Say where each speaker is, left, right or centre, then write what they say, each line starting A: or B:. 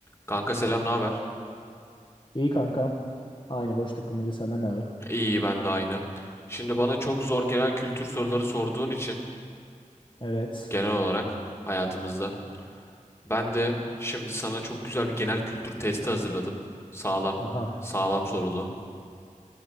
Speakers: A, on the left (about 20°); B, on the left (about 35°).
A: Kanka selam, ne haber?
B: İyi kankam. Aynı boş takılmaca senden ne haber?
A: İyi ben de aynı. Şimdi bana çok zor genel kültür soruları sorduğun için
B: Evet.
A: genel olarak hayatımızda ben de şimdi sana çok güzel bir genel kültür testi hazırladım. Sağlam,
B: Aha.
A: sağlam sorulu.